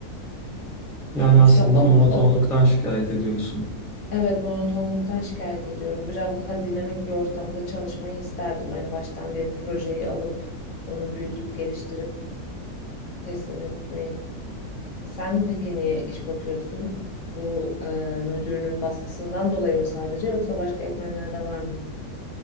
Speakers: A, in the centre; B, on the left.
A: Yani
B: Sonuçta
A: aslında
B: o,
A: monotonluktan
B: o
A: şikayet ediyorsun.
B: Evet, monotonluktan şikayet ediyorum. Biraz daha dinamik bir ortamda çalışmayı isterdim. En baştan bir projeyi alıp onu büyütüp geliştirip teslim etmeyi. Sen peki niye iş bakıyorsun? Bu e, müdürünün baskısından dolayı mı sadece yoksa başka etmenler de var mı?